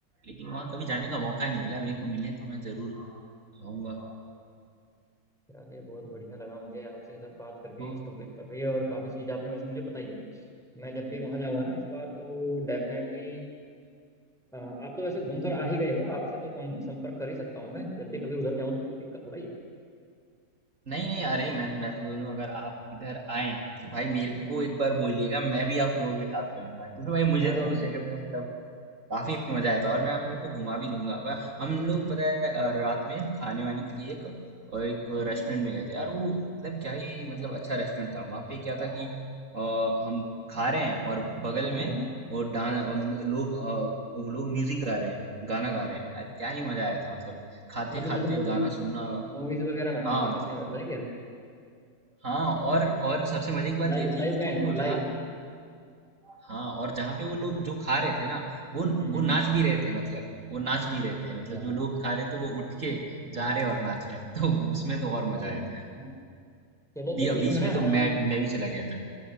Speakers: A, on the right; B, in the centre.
A: लेकिन वहाँ कभी जाने का मौका नहीं मिला मेरे को मिले तो मैं
B: हम्म।
A: जरूर जाऊंगा
B: चलिए बहुत बढ़िया लगा मुझे आपसे सर बात करके
A: तो
B: इस टॉपिक पर भी और काफ़ी चीज़ आपने वैसे मुझे बताई है मैं जब भी वहाँ जाऊँगा ना इस बार तो डेफिनेटली अ, आप तो वैसे घूमकर आ ही गए हो आपसे तो कम संपर्क कर ही सकता हूँ मैं जब भी कभी उधर जाऊँ तो कोई दिक्कत थोड़ा ही है
A: नहीं नहीं अरे मैं मैं तो बोलूँ अगर आप इधर आए तो भाई मेरे
B: हम्म
A: को एक बार बोलिएगा मैं भी आप लोगों के साथ चलूंगा क्योंकि भाई मुझे
B: अरे
A: तो
B: वाह,
A: उस जगह पे मतलब काफी मजा आया था और मैं आप लोग को घुमा भी दूंगा वह- हम लोग पता है अ, रात में खाने वाने के लिए
B: हम्म,
A: एक और एक
B: हम्म,
A: रेस्टोरेंट में गए थे यार वो मतलब क्या ही मतलब अच्छा रेस्टोरेंट था वहां पे क्या था कि अ, हम खा रहे हैं और बगल
B: हाँ हाँ
A: में वो डांस
B: अच्छा
A: लोग अ, वो लोग म्यूजिक गा रहे हैं गाना गा रहे हैं यार क्या ही मजा आया था मतलब खाते
B: मतलब
A: खाते
B: जैसे मूवीज
A: गाना सुनना
B: मूवीज वगैरह में
A: हाँ
B: दिखाते
A: ज-
B: हैं वैसा है क्या
A: हाँ और और सबसे मजे की बात
B: Live
A: ये थी
B: live
A: कि
B: band
A: जो जहाँ
B: live
A: हाँ और जहाँ पे वो लोग जो खा रहे थे ना वो
B: हम्म
A: वो
B: हम्म,
A: नाच भी रहे थे मतलब वो नाच भी रहे
B: अरे
A: थे मतलब
B: वाह
A: जो लोग खा रहे थे वो उठ के
B: हम्म,
A: जा
B: हम्म।
A: रहे और नाच रहे तो उसमें तो
B: बढ़िया
A: और मजा आया
B: बढ़िया
A: था यार
B: चलो
A: बी-
B: तो इसमें
A: बीच
B: ना
A: में तो मैं मैं भी चला गया था